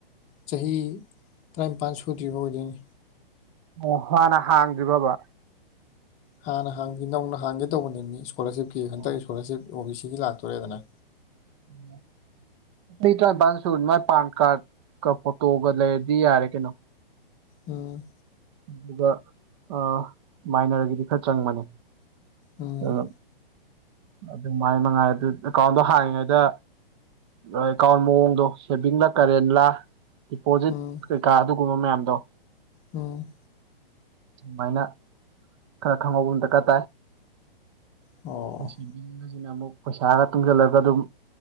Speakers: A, on the left; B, on the right.
A: ꯆꯍꯤ ꯇꯔꯥꯅꯤꯄꯥꯜ ꯁꯨ ꯗ꯭ꯔꯤꯕ ꯑꯣꯏꯗꯨꯏꯅꯤ
B: ꯑꯣ ꯍꯥꯟꯅ ꯍꯥꯡꯗ꯭ꯔꯤꯕꯥꯕ
A: ꯍꯥꯟꯅ ꯍꯥꯡꯗꯤ ꯅꯧꯅ ꯍꯥꯡꯒꯦ ꯇꯧꯕꯅꯦꯃꯤ ꯏꯁꯀꯣꯂꯔꯁꯤꯞꯀꯤ ꯍꯟꯗꯛ
B: ꯑꯣ
A: ꯏꯁꯀꯣꯂꯥꯔꯁꯤꯞ ꯑꯣ ꯕꯤ ꯁꯤꯒꯤ ꯂꯥꯛꯇꯣꯔꯦꯗꯅ
B: <inaudible> ꯆꯍꯤ ꯇꯔꯥꯏꯟꯄꯥꯟ ꯁꯨꯔꯗꯤ ꯃꯥꯏ ꯄꯥꯟ ꯀꯥꯔꯗ ꯀ ꯐꯣꯇꯣꯒ ꯂꯩꯔꯗꯤ ꯌꯥꯔꯦ ꯀꯩꯅꯣ
A: ꯎꯝ
B: ꯑꯗꯨꯒ ꯑ ꯃꯥꯏꯅꯔꯒꯤꯗꯤ ꯈꯔ ꯆꯪꯕꯅꯦ
A: ꯎꯝ
B: ꯑꯗꯨꯅ ꯑꯗꯨꯃꯥꯏ ꯃꯉꯥꯏ ꯑꯗꯨ ꯑꯦꯀꯥꯎꯟꯗꯣ ꯍꯥꯡꯉꯤꯉꯩꯗ ꯑꯦꯀꯥꯎꯟ ꯃꯑꯣꯡꯗꯣ ꯁꯦꯚꯤꯡꯂꯥ ꯀꯔꯦꯟꯂꯥ ꯗꯤꯄꯣꯖꯤꯠ
A: ꯎꯝ
B: ꯀꯩꯀꯥ ꯑꯗꯨꯒꯨꯝꯕ ꯃꯌꯥꯝꯗꯣ
A: ꯎꯝ
B: ꯑꯃꯥꯏꯅ ꯈꯔ ꯈꯪꯍꯧꯕ ꯑꯃ ꯗꯔꯀꯥꯔ
A: ꯑꯣ
B: ꯇꯥꯏ ꯁꯤꯅ ꯑꯃꯨꯛ ꯄꯩꯁꯥꯒ ꯇꯨꯡꯁꯤꯜꯂꯒ ꯑꯗꯨꯝ